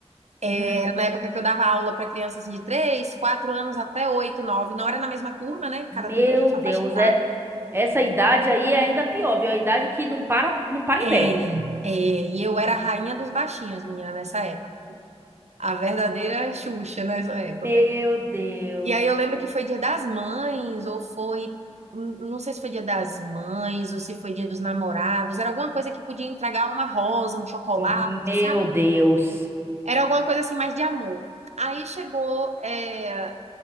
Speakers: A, on the right (about 20°); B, on the right (about 80°).
A: Uhum.
B: Era na época que eu dava aula para crianças assim, de 3 4 anos até 8 nove Não era na mesma turma, né? Cada
A: Meu
B: turma tinha sua
A: Deus,
B: faixa etária.
A: é essa idade aí é ainda pior, viu? A idade que não para, não para
B: É,
A: em pé.
B: é, e eu era a rainha dos baixinhos, menina, nessa época. A verdadeira Xuxa nessa época.
A: Meu Deus.
B: E aí eu lembro que foi Dia das Mães, ou foi. n- Não sei se foi Dia das Mães, ou se foi Dia dos Namorados. Era alguma coisa que podia entregar uma rosa, um chocolate,
A: Hum, Meu
B: sabe?
A: Deus.
B: Era alguma coisa assim mais de amor. Aí chegou. é,